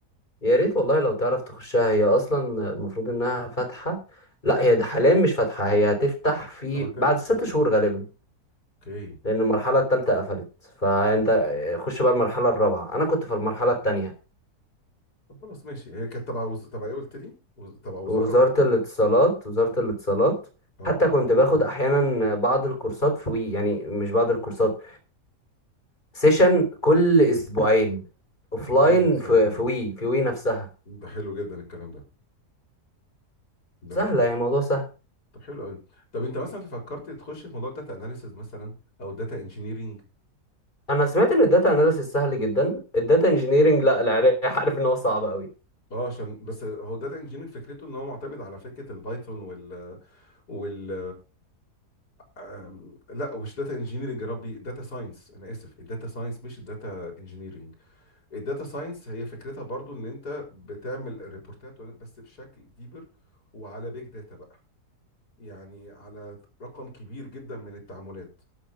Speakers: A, on the left (about 30°); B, on the left (about 80°).
A: يا ريت والله لو تعرف تخشها هي اصلا المفروض انها فاتحة لا هي ده حاليا مش فاتحة هي هتفتح في
B: لما تفتح
A: بعد ست
B: آه،
A: شهور غالبا
B: اوكي
A: لان المرحله الثالثه قفلت فانت خش بقى المرحله الرابعه انا كنت في المرحله الثانيه
B: طب خلاص ماشي هي كانت تبع وز... تبع ايه قلت لي وز... تبع وزاره
A: وزاره
B: ولا
A: الاتصالات وزاره الاتصالات
B: اه اه
A: حتى كنت باخد احيانا بعض الكورسات في وي يعني مش بعض الكورسات سيشن كل اسبوعين اوفلاين
B: وينكس
A: في
B: اه اه
A: في وي في وي نفسها
B: ده حلو جدا الكلام ده ده
A: سهله
B: لطيف
A: يعني الموضوع سهل
B: طب حلو قوي طب انت مثلا فكرت تخش في موضوع الداتا اناليسز مثلا او الداتا انجينيرنج
A: انا سمعت ان الداتا اناليسيس سهل جدا الداتا انجينيرنج لا العراق عارف ان هو صعب قوي
B: اه عشان بس هو داتا انجينير فكرته ان هو معتمد على فكره البايثون وال وال آم، لا مش داتا انجينيرنج يا ربي داتا ساينس انا اسف الداتا ساينس مش الداتا انجينيرنج الداتا ساينس هي فكرتها برضو ان انت بتعمل ريبورتات بس بشكل ديبر وعلى بيج داتا بقى يعني على رقم كبير جدا من التعاملات